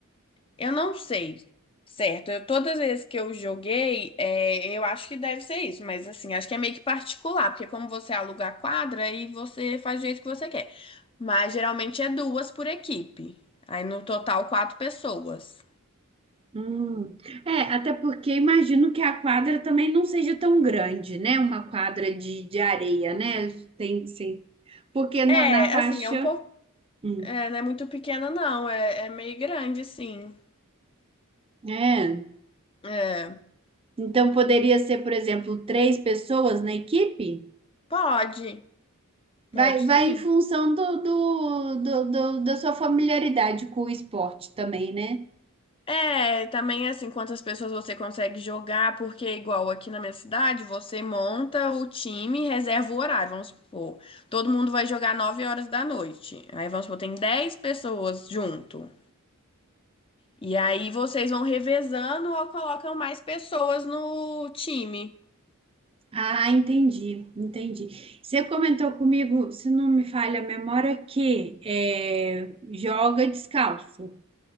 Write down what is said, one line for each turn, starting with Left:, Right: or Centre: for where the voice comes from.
Left: eu não sei, certo? Eu, todas as vezes que eu joguei, é, eu acho que deve ser isso, mas assim, acho que é meio que particular, porque como você aluga a quadra, aí você faz do jeito que você quer. Mas geralmente é duas por equipe, aí no total quatro pessoas.
Right: Hum. É, até porque imagino que a quadra também não seja tão grande, né? Uma quadra de, de areia, né? Tem, sim. Porque na,
Left: É,
Right: na faixa.
Left: assim, é um pouco,
Right: hum,
Left: é, não é muito pequena não, é, é meio grande, sim.
Right: É.
Left: É,
Right: Então poderia ser, por exemplo, três pessoas na equipe?
Left: pode, pode
Right: Vai, vai
Left: sim.
Right: em função do, do, do, do- da sua familiaridade com o esporte também, né?
Left: É, também assim, quantas pessoas você consegue jogar, porque igual aqui na minha cidade, você monta o time, reserva o horário, vamos supor. Todo mundo vai jogar 9 horas da noite. Aí vamos supor, tem 10 pessoas junto. E aí vocês vão revezando ou colocam mais pessoas no time.
Right: Ah, entendi, entendi. Você comentou comigo, se não me falha a memória, que é, joga descalço.